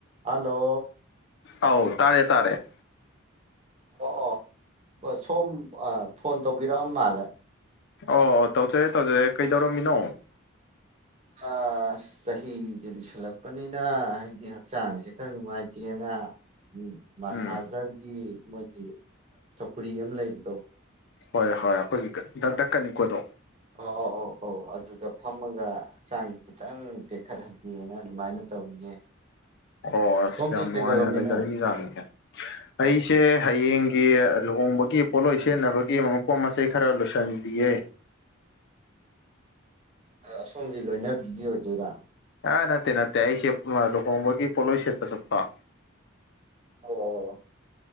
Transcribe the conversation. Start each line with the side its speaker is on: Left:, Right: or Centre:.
Right: hello
Left: ꯑꯥꯎ ꯇꯥꯔꯦ ꯇꯥꯔꯦ
Right: ꯑꯥ ꯑꯥ ꯁꯣꯝ ꯑꯥ ꯐꯣꯟ ꯇꯧꯕꯤꯔꯛꯑꯝ ꯃꯥꯜꯂꯦ
Left: ꯑꯥ ꯇꯧꯖꯔꯦ ꯇꯧꯖꯔꯦ ꯀꯩꯗꯧꯔꯝꯃꯤꯅꯣ
Right: ꯑꯁ ꯆꯍꯤꯁꯦ ꯂꯤꯁꯜꯂꯛꯄꯅꯤꯅ ꯑꯩꯗꯤ ꯍꯛꯆꯥꯡꯁꯦ ꯈꯔ ꯅꯨꯡꯉꯥꯏꯇꯦꯅ ꯑ ꯎꯝ ꯃꯁꯥꯖꯔꯒꯤ
Left: ꯎꯝ
Right: ꯃꯣꯏꯒꯤ ꯆꯧꯀ꯭ꯔꯤ ꯑꯃ ꯂꯩꯕꯗꯣ
Left: ꯍꯣꯏ ꯍꯣꯏ ꯑꯩꯈꯣꯏꯒꯤ ꯗꯛ ꯗꯛ ꯀꯅꯤꯛꯄꯗꯣ
Right: ꯑ ꯑꯥ ꯑꯧ ꯑꯧ ꯑꯗꯨꯗ ꯐꯝꯃꯒ ꯍꯛꯆꯥꯡꯁꯦ ꯈꯤꯇꯪ ꯇꯦꯛꯈꯠꯍꯟꯒꯦꯅ ꯑꯗꯨꯃꯥꯏꯅ ꯇꯧꯔꯤꯌꯦ
Left: ꯑꯣ ꯑꯁ
Right: ꯁꯣꯝꯗꯤ
Left: ꯌꯥꯝ
Right: ꯀꯩꯗꯧꯔꯝꯃꯤꯅꯣ
Left: ꯅꯨꯡꯉꯥꯏꯅ ꯂꯩꯖꯔꯝꯃꯤ ꯖꯥꯠꯅꯤꯅꯦ ꯑꯩꯁꯦ
Right: ꯑ,
Left: ꯍꯌꯦꯡ ꯒꯤꯂꯨꯍꯣꯡꯕꯒꯤ ꯄꯣꯠꯂꯣꯏ ꯁꯦꯠꯅꯕꯒꯤ ꯃꯄꯣꯠ ꯃꯆꯩ ꯈꯔ ꯂꯣꯏꯁꯤꯜꯗ꯭ꯔꯤꯌꯦ
Right: ꯑꯁꯣꯝꯒꯤ ꯂꯣꯏꯅꯕꯤꯒꯤ ꯑꯣꯏꯗꯣꯏꯔꯥ
Left: ꯑ ꯅꯠꯇꯦ ꯅꯠꯇꯦ ꯑꯩꯁꯦ ꯂꯨꯍꯣꯡꯕꯒꯤ ꯄꯣꯂꯣ ꯁꯦꯠꯄ ꯆꯠꯄ <inaudible>
Right: ꯑꯣ ꯑꯣ